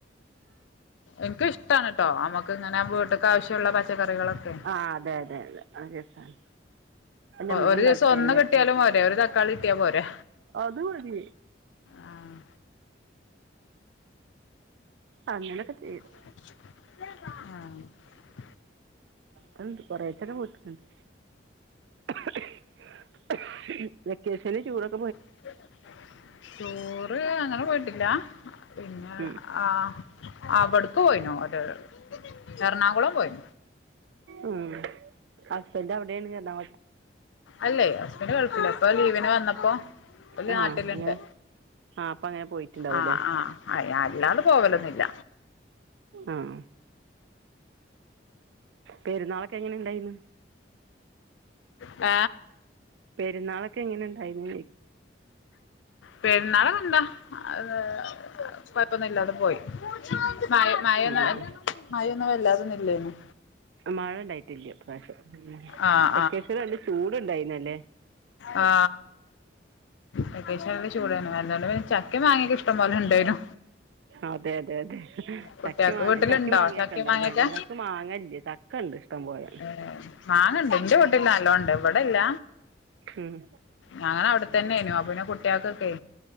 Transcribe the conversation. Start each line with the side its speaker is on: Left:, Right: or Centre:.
Left: എൻക്ക് ഇഷ്ട്ടാണ് ട്ടോ അമ്മക്ക് ഇങ്ങനെ വീട്ട്ക്ക് ആവശ്യള്ള പച് ട്ട കറികളൊക്കെ
Right: ആ അതെ അതെ അതെ അത് രസമാണ് നമുക്ക്
Left: ഒരു
Right: ഉണ്ടാക്കി
Left: ദിവസം ഒന്ന്
Right: തന്നെയൊക്കെ
Left: കിട്ടിയാലും പോരെ ഒരു തക്കാളി കിട്ടിയാ പോരെ
Right: അത് മതി
Left: ആഹ്
Right: അങ്ങനെക്കെ ചെയും
Left: ആഹ
Right: അത് ഉണ്ട് കൊറേക്കെ ന്റെ വീട്ടില്ണ്ട് <unintelligible> വെക്കേഷന് ടൂർ ഒക്ക്
Left: <unintelligible> അങ്ങനെ പോയിട്ടില്ല പിന്നെ
Right: ഉം
Left: ആ ആവിടുക്ക് പോയിനോ ഓലെലോ എറണാകുളം പോയി
Right: ഉം ഹസ്ബന്റ്അവിടെണ് എർണാകു
Left: അല്ലേ ഹസ്ബന്റ് ഗൾഫിലാഇപ്പൊ ലീവിന് വന്നപ്പോ ഓല്
Right: ആ
Left: നാട്ടിലുണ്ട്
Right: അങ്ങനെ ആ അപ്പം അങ്ങനെ പോയിട്ടുണ്ടാവുമല്ലേ
Left: ആ ആഹ <inaudible> അല്ലാതെ പോകലൊന്നില്ല
Right: ആഹ പെരുന്നാളൊക്കെ എങ്ങനെ ഇണ്ടായിന്ന്
Left: ഏ
Right: പെരുന്നാളൊക്കെ എങ്ങനെ ഉണ്ടായിരുന്നു
Left: പെരുന്നാളൊക്കെന്താ അത് കൊഴപ്പൊന്നും ഇല്ലാതെ പോയി മഴന്ന മഴൊന്ന
Right: ചോദിക്കുക ആ
Left: മയന്നും വല്ലാതൊന്നും ഇല്ലേയ്ന്നു.
Right: മഴ ഉണ്ടായിട്ടില്ലേ ഇപ്രാവശ്യം
Left: ആഹ്
Right: വെക്കേഷൻ നല്ല ചൂടുണ്ടായിരുന്നല്ലേ
Left: ആ വെക്കേഷൻ എല്ലാം ചൂടാണ് <unintelligible> ചക്ക മാങ്ങകേ ഇഷ്ടം പോലെ ഇണ്ടേനു
Right: അതെ അതെ അതെ
Left: കുട്ട്യാക്ക്
Right: ചക്കമാങ്ങ
Left: വീട്ടിലുണ്ടോ
Right: ചക്ക മാങ്ങയൊക്കെ
Left: ചക്കേം
Right: ഇണ്ടാവല്ലേ
Left: മാങ്ങേക്കെ
Right: ഞങ്ങക്ക് മാങ്ങയില്ല ചക്ക ഇണ്ട് ഇഷ്ടം പോലെ
Left: ഏഹ് മാങ്ങണ്ട് ന്റെ വീട്ടിൽനല്ലോണ്ട് ഇവിടെല്ല
Right: ഉം
Left: ഞങ്ങൾ അവിടെത്തന്നൊയിനു അപ്പ പിന്നെ കുട്ടികൾക്കൊക്കെ